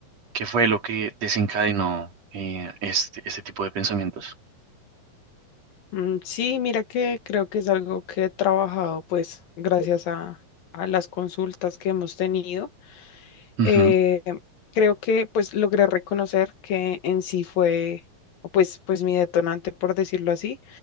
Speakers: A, on the right; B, on the left.
A: qué fue lo que desencadenó eh, este, este tipo de pensamientos?
B: Mm, sí, mira que creo que es algo que he trabajado, pues, gracias a a las consultas que hemos tenido.
A: Ujú,
B: eh, creo que pues logré reconocer que en sí fue, o pues, pues mi detonante, por decirlo así,